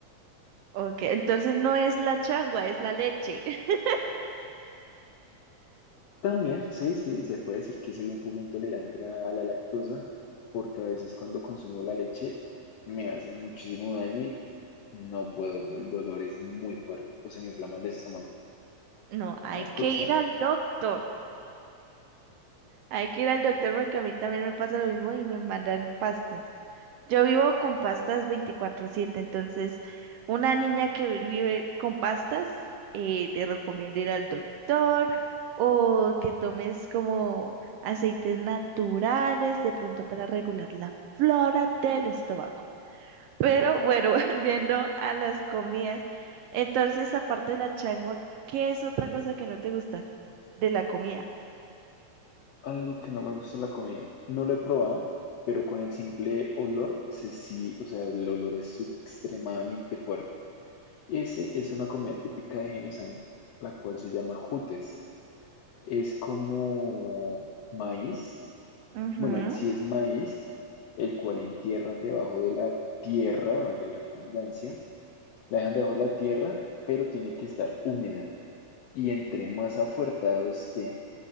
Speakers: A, on the right; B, on the left.
A: ok, entonces no es la changua, es la leche. <laughs>
B: También, sí, sí, se puede decir que soy un poco intolerante a la lactosa, porque a veces cuando consumo la leche me hace muchísimo daño y no puedo, el dolor es muy fuerte o se me inflama el estómago.
A: No, hay
B: Una
A: que
B: cosa
A: ir al doctor. Hay que ir al doctor porque a mí también me pasa lo mismo y me mandan pastas. Yo vivo con pastas veinticuatro siete, entonces una niña que vi- vive con pastas, eh, te recomiendo ir al doctor o que tomes como aceites naturales de pronto para regular la flora del estómago. Pero bueno, <laughs> volviendo a las comidas, entonces aparte de la changua, ¿qué es otra cosa que no te gusta de la comida?
B: Algo que no me gusta de la comida. No lo he probado, pero con el simple olor, se sí, o sea, el olor es sub- extremadamente fuerte. Ese es una comida típica de Genesano, la cual se llama jutes. Es como maíz,
A: Ujú,
B: bueno, en sí es maíz, el cual entierran debajo de la tierra, valga la redundancia, la dejan debajo de la tierra, pero tiene que estar húmeda. Y entre más afuertado esté